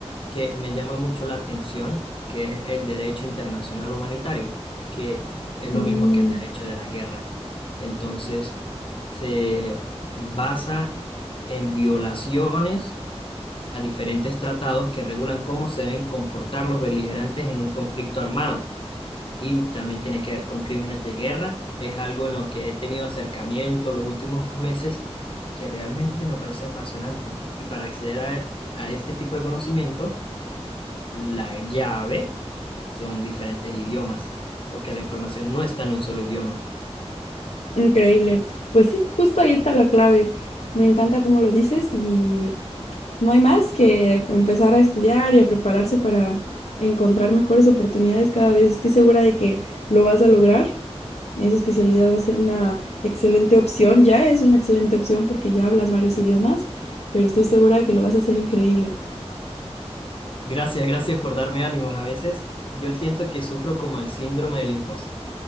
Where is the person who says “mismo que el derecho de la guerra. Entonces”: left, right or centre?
Left